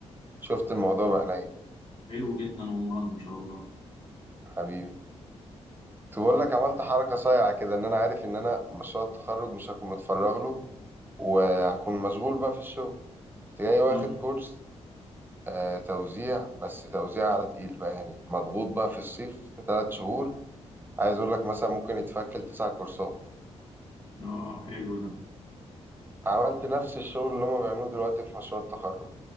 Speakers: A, on the right; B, on the left.
A: شفت
B: لا
A: الموضوع
B: حلو
A: بعينيا
B: حلو جدا والله ما شاء الله
A: حبيبي كنت بقول لك عملت حركه صايعه كده ان انا عارف ان انا مشروع التخرج مش هكون متفرغ له وهكون مشغول بقى في الشغل كنت جاي واخد
B: اه
A: كورس آه توزيع بس توزيع على تقيل بقى يعني مضغوط بقى في الصيف في ثلاث شهور عايز اقول لك مثلا ممكن يتفكل تسع كورسات
B: اه حلو ده
A: عملت نفس الشغل اللي هما بيعملوه دلوقتي في مشروع التخرج